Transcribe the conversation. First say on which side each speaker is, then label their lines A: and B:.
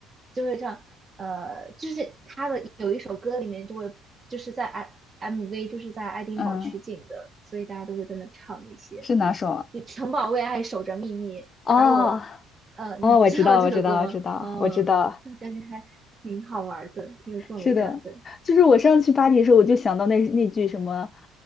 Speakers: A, on the right; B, on the left.
A: 就会唱，呃，就是他的有一首歌里面就会就是在 M MV 就是在爱丁堡取景的，
B: 嗯，
A: 所以大家都会在那唱那些。
B: 是哪首啊？
A: 就城堡为爱守着秘密，
B: 哦
A: 而我，呃，你知道这首歌吗？
B: 哦，我知道，我知道，我知道，
A: 嗯，
B: 我知道，
A: 就感觉还挺好玩的，挺有氛围感的。
B: 是的，就是我上次去巴黎的时候，我就想到那那句什么